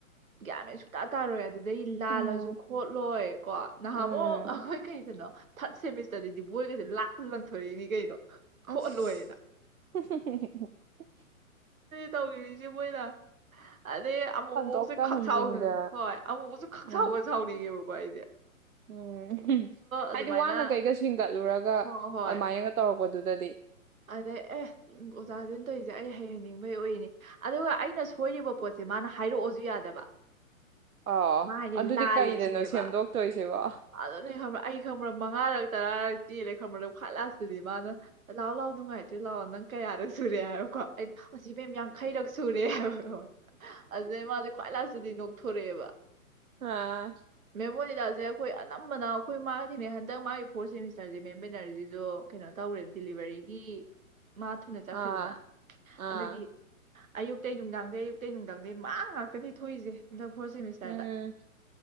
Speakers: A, on the right; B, on the right.
A: ꯒ꯭ꯌꯥꯟ ꯃꯦꯟ ꯁꯨꯡꯇꯥ ꯇꯥꯔꯣꯏ ꯑ- ꯁꯤꯗꯩ ꯂꯥꯜꯂꯖꯨ
B: ꯎꯝ
A: ꯈꯣꯠꯂꯣꯏ ꯀꯣ ꯅꯍꯥꯃꯨꯛ
B: ꯎꯝ
A: ꯑꯩꯈꯣꯏ ꯀꯩꯗꯅꯣ ꯊꯥꯔꯠ ꯁꯦꯃꯤꯁꯇꯔꯗꯗꯤ ꯕꯣꯏꯒꯥꯁꯦ ꯂꯥꯛꯇꯅ ꯂꯪꯊꯣꯔꯛꯏꯅꯤ ꯀꯩꯅꯣ ꯈꯣꯠꯂꯣꯏꯅ
B: ꯑꯁ ꯍꯨꯡ ꯍꯨꯡ ꯍꯨꯡꯍꯨꯡ ꯍꯨꯡ ꯍꯨꯡ
A: ꯇꯧꯕꯤꯔꯤꯖꯤ ꯃꯣꯏꯅ ꯑꯗꯩ ꯑꯃꯨꯛꯃꯨꯛꯁꯨ
B: ꯍꯟꯗꯣꯛꯀ
A: ꯈꯪꯁꯥꯎꯁꯨ
B: ꯍꯟꯖꯤꯟꯒ
A: ꯍꯣꯏ ꯑꯃꯨꯛ ꯃꯨꯛꯁꯨ ꯈꯪꯁꯥꯎꯒ
B: ꯎꯝ
A: ꯁꯥꯎꯅꯤꯡꯉꯦꯕꯀꯣ ꯑꯩꯖꯦ
B: ꯎꯝ ꯎꯪꯍꯨꯝ
A: ꯑꯗꯨꯃꯥꯏꯅ
B: ꯍꯥꯏꯗꯤ ꯋꯥꯅ ꯀꯩꯒ ꯁꯤꯟꯒꯠꯂꯨꯔꯒ
A: ꯍꯣꯏ ꯍꯣꯏ
B: ꯑꯗꯨꯃꯥꯏꯅꯒ ꯇꯧꯔꯛꯄꯗꯨꯗꯗꯤ
A: ꯑꯗꯩ ꯑꯦ ꯎꯝ ꯑꯣꯖꯥꯖꯤꯅ ꯇꯧꯔꯤꯖꯦ ꯑꯩ ꯍꯩꯍꯟꯅꯤꯡꯕꯩ ꯑꯣꯏꯅꯤ ꯑꯗꯨꯒ ꯑꯩꯅ ꯁꯣꯏꯔꯤꯕ ꯄꯣꯠꯁꯦ ꯃꯥꯅ ꯍꯥꯏꯔꯛꯑꯣꯁꯨ ꯌꯥꯗꯕ
B: ꯑꯣ
A: ꯃꯥ ꯍꯥꯏꯁꯦ
B: ꯑꯗꯨꯗꯤ
A: ꯂꯥꯜꯂꯦ
B: ꯀꯩꯗꯅꯣ
A: ꯁꯤꯅꯦꯕ
B: ꯁꯦꯝꯗꯣꯛꯇꯣꯏꯁꯤꯕꯣ
A: ꯑꯗꯨꯅꯦ ꯈꯪꯕ꯭ꯔꯥ ꯑꯩ ꯈꯪꯕ꯭ꯔꯥ ꯃꯉꯥꯔꯛ ꯇꯔꯥꯔꯛ ꯆꯦꯜꯂꯦ ꯈꯪꯕꯗ ꯈ꯭ꯋꯥꯏ ꯂꯥꯁꯇꯗꯤ ꯃꯥꯅ- ꯂꯥꯛꯑꯣ ꯂꯥꯛꯑꯣ ꯅꯨꯡꯉꯥꯏꯇ꯭ꯔꯦ ꯂꯥꯛꯑꯣ ꯅꯪ ꯀꯌꯥꯔꯛ ꯁꯨꯔꯦ ꯍꯥꯏꯕꯀꯣ ꯑꯩꯅ- ꯑꯁꯤ ꯏꯕꯦꯝ ꯌꯥꯡꯈꯩꯔꯛ ꯁꯨꯔꯦ ꯍꯥꯏꯕ ꯑꯗꯨꯗꯩ ꯃꯥꯁꯦ ꯈ꯭ꯋꯥꯏ ꯂꯥꯁꯇꯗꯤ ꯅꯣꯛꯊꯣꯔꯛꯑꯦꯕ
B: ꯑꯥ
A: ꯃꯦꯃꯣꯅꯤꯗ ꯖꯦ ꯑꯩꯈꯣꯏ ꯑꯅꯝꯕꯅ ꯑꯩꯈꯣꯏ ꯃꯥꯒ ꯊꯦꯡꯅꯩ ꯍꯟꯗꯛ ꯃꯥꯒꯤ ꯐꯣꯔꯠ ꯁꯦꯃꯤꯁꯇꯔꯖꯦ ꯃꯦꯝ ꯕꯦꯅꯔꯖꯤꯖꯨ ꯀꯩꯅꯣ ꯇꯧꯔꯦ- ꯗꯤꯂꯤꯚꯔꯤꯒꯤ ꯃꯥ ꯊꯨꯅ ꯆꯠꯈ꯭ꯔꯦꯗꯅ
B: ꯑꯥ ꯑꯥ
A: ꯑꯗꯨꯒꯤ ꯑꯌꯨꯛꯇꯩ ꯅꯨꯡꯗꯥꯡꯗꯩ ꯑꯌꯨꯛꯇꯩ ꯅꯨꯡꯗꯥꯡꯗꯩ ꯃꯥ ꯉꯥꯛꯇꯅꯤ ꯊꯣꯛꯏꯖꯦ ꯍꯟꯗꯛ ꯐꯣꯔꯠ ꯁꯦꯃꯤꯁꯇꯔꯗ
B: ꯎꯝ